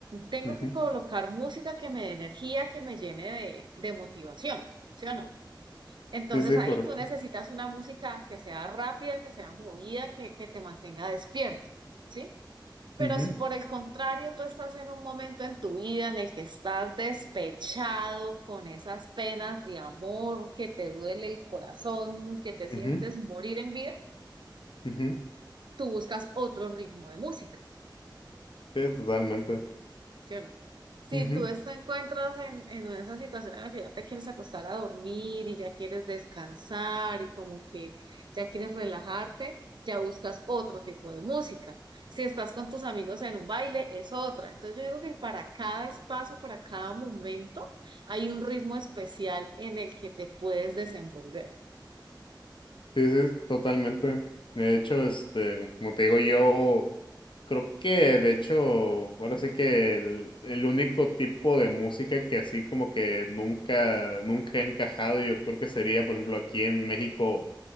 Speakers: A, on the right (about 65°); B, on the left (about 85°).
A: Tengo
B: ujú.
A: que colocar música que me dé energía, que me llene de, de motivación, ¿sí o no? Entonces
B: Sí, sí,
A: ahí
B: correcto.
A: tú necesitas una música que sea rápida, que sea movida, que, que te mantenga despierto. ¿sí? Pero
B: Ujú,
A: si por el contrario tú estás en un momento en tu vida en el que estás despechado con esas penas de amor, que te duele el corazón, que te sientes
B: ujú,
A: morir en vida,
B: ujú.
A: tú buscas otro ritmo de música.
B: Sí, totalmente.
A: ¿sí o no? Si
B: Ujú.
A: tú te encuentras en, en esa situación en la que ya te quieres acostar a dormir y ya quieres descansar y como que ya quieres relajarte, ya buscas otro tipo de música. Si estás con tus amigos en un baile, es otra. Entonces yo digo que para cada espacio, para cada momento, hay un ritmo especial en el que te puedes desenvolver.
B: Sí, sí, totalmente. De hecho, este, como te digo, yo creo que, de hecho, ahora sí que el, el único tipo de música que así como que nunca, nunca he encajado, yo creo que sería, por ejemplo, aquí en México